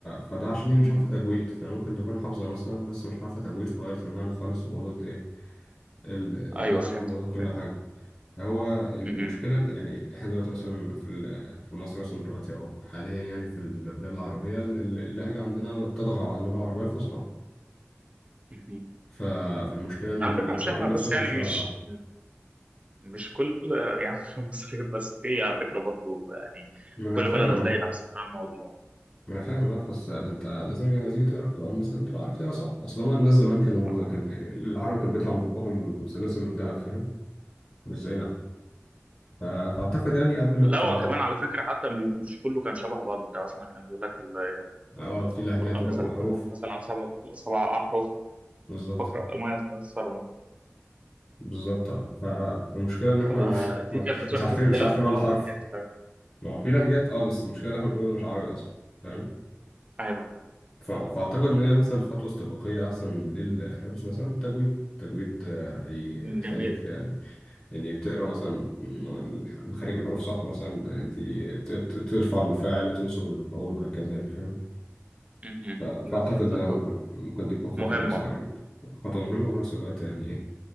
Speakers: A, on the left; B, on the right.
A: فده عشان هي
B: مهم.
A: مش عارفة تجويد فممكن تكون حافظة مثلا بس مش عارفة تجويد فغيرت المعنى خالص وبوظت إيه ال- المعنى
B: أيوه فهمت
A: وبوظت كل
B: فهمت
A: حاجة فهو المشكلة
B: مهم.
A: إن- يعني احنا دلوقتي مثلا في ال- في مصر مثلا دلوقتي أو حاليا يعني في البلاد العربية ال- اللهجة عندنا تطغى على اللغة العربية الفصحى
B: مهم.
A: ف- فالمشكلة إن
B: على
A: القرآن
B: فكرة مش إحنا
A: نفسه
B: بس
A: مش
B: يعني
A: طالع
B: مش
A: صح
B: مش كل يعني <laughs> مش المصريين بس في على فكرة برضو يعني
A: ما
B: في
A: أنا
B: كل
A: فاهم
B: بلد هتلاقي
A: أه
B: نفس بتاع الموضوع
A: ما أنا فاهم أه بس أنت لازم لما تيجي تقرأ القرآن مثلا تبقى عارف تقرأ صح أصل هما الناس زمان كانوا
B: صح
A: كان يعني العربي كان بيطلع من بقهم سلاسل من دهب فاهم مش زينا ف- فأعتقد يعني قبل ما
B: لا
A: ت...
B: هو كمان على فكرة حتى م- مش كله كان شبه بعض انت مثلا كان بيقول لك ال-
A: أه في لهجات
B: القرآن
A: وحروف
B: نزل على نزل على سبع سبع أحرف
A: بالظبط
B: فاقرأ ما يتيسر منه
A: بالظبط اه ف... فالمشكله ان
B: فدي
A: احنا <laughs> مش
B: كانت بتروح
A: مش عارفين
B: باختلاف
A: مش عارفين
B: النوع
A: ولا حرف
B: اللي حاجات فاهم
A: ما هو في لهجات اه بس المشكله اللي احنا بنقوله ده مش عربي اصلا فاهم
B: أيوه فاهم.
A: ف... فاعتقد ان هي مثلا خطوه استباقيه احسن للحفظ مثلا التجويد التجويد آه، هي...
B: جميل
A: هيخليك يعني يعني بتقرا مثلا م- مخارج الحروف صح مثلا يعني ت- ت- ترفع المفاعل وتنصب المفعول وهكذا يعني فاهم
B: مهم.
A: ف... فاعتقد
B: لا فهمتك
A: يعني ممكن
B: اه
A: ممكن تكون خطوه
B: مهمة
A: مثلا
B: اه
A: خطوه مهمه وفي نفس الوقت يعني ايه